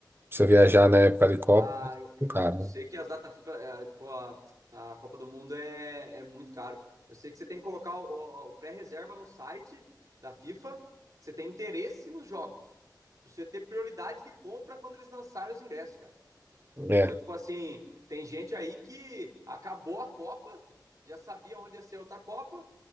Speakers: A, on the right; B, on the right.
A: você viajar na época de Copa,
B: Ah,
A: vai ser
B: eu, eu,
A: tudo caro.
B: eu sei que as data FIFA, é, tipo, a, a Copa do Mundo é, é muito caro. Eu sei que você tem que colocar o, o pré-reserva no site da FIFA, que você tem interesse nos jogos, pra você ter prioridade de compra quando eles lançarem os ingressos, cara.
A: né?
B: Então,
A: É.
B: tipo assim, tem gente aí que acabou a Copa, já sabia onde ia ser outra Copa